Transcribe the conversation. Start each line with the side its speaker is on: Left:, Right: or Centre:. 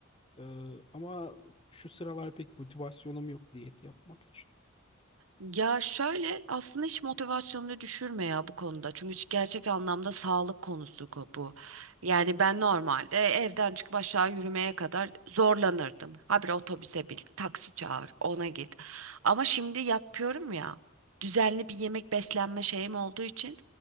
Left: Ee, ama şu sıralar pek motivasyonum yok diyet yapmak için.
Right: Ya şöyle aslında hiç motivasyonunu düşürme ya bu konuda. Çünkü gerçek anlamda sağlık konusu ko- bu. Yani ben normalde evden çıkıp aşağı yürümeye kadar zorlanırdım. Habire otobüse bin, taksi çağır, ona git. Ama şimdi yapıyorum ya. Düzenli bir yemek beslenme şeyim olduğu için